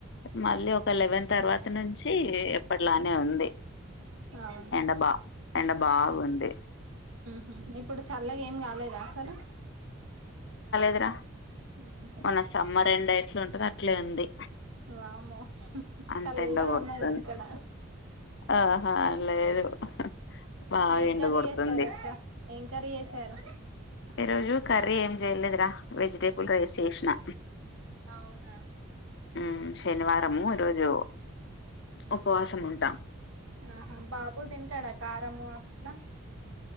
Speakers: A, on the left; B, on the right.
A: మళ్ళీ ఒక లెవెన్ తర్వాత నుంచి ఎప్పట్లానే ఉంది
B: అవునా
A: ఎండ బా ఎండ బాగుంది
B: ఉ ఇప్పుడు చల్లగ ఏం కాలేదా అసలు
A: జిరా
B: ఉహు
A: మన సమ్మర్ ఎండ ఎట్లుంటదో అట్లే ఉంది
B: వామ్మో
A: అంత
B: చల్ల
A: ఎండ కొడుతుంది
B: ఉన్నది ఇక్కడ
A: ఆహా లేదు బాగా
B: ఏం
A: ఎండ
B: కర్రీ
A: కొడుతుంది.
B: చేసారు అక్క ఏం కర్రీ చేసారు
A: ఈరోజు కర్రీ ఏం చేయలేదురా వెజిటేబుల్ రైస్ చేసినా
B: అవునా
A: ఊ శనివారము ఈరోజు ఉపవాసమున్
B: ఆహా బాబు తింటాడా కారము అట్ల